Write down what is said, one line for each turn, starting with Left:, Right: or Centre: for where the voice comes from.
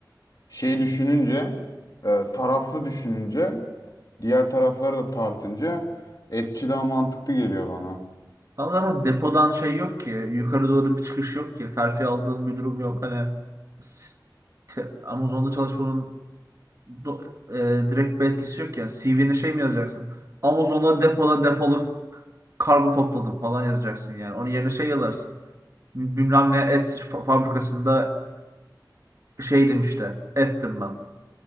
Left: şey düşününce, e, taraflı düşününce, diğer tarafları da tartınca etçi daha mantıklı geliyor bana.
Right: Ama zaten depodan şey yok ki. Yukarı doğru bir çıkış yok ki. Terfi aldığın bir durum yok. Hani s- te- Amazon'da çalışmanın do- e, direkt bir etkisi yok ya. CV'ne şey mi yazacaksın? Amazon'da depoda depoluk kargo topladım falan yazacaksın yani. Onun yerine şey yazarsın. Bilmem ne et fa- fabrikasında şeydim işte. Ettim ben.